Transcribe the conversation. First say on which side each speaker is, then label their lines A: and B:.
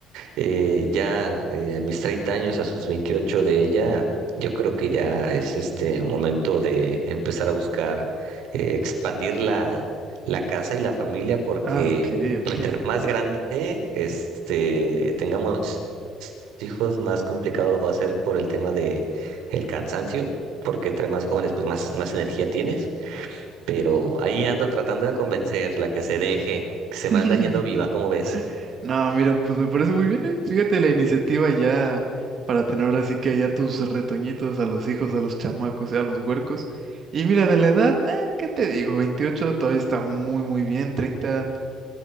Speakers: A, on the right (about 85°); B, on the right (about 35°).
A: eh, ya eh, a mis 30 años, a sus 28 de ella, yo creo que ya es este momento de empezar a buscar eh, expandir la, la casa y la familia, porque
B: Ah, ok, ok.
A: entre más grande, este, tengamos hijos más complicado va a ser por el tema de el cansancio, porque entre más jóvenes pues más, más energía tienes, pero ahí ando tratando de convencerla que se deje, que se
B: <laughs>
A: me anda yendo viva, ¿cómo ves?
B: No, mira, pues me parece muy bien, ¿eh? Fíjate la iniciativa ya para tener ahora sí que ya tus retoñitos a los hijos, a los chamacos, y a los huercos. Y mira, de la edad, eh, ¿qué te digo? 28 todavía está muy, muy bien. 30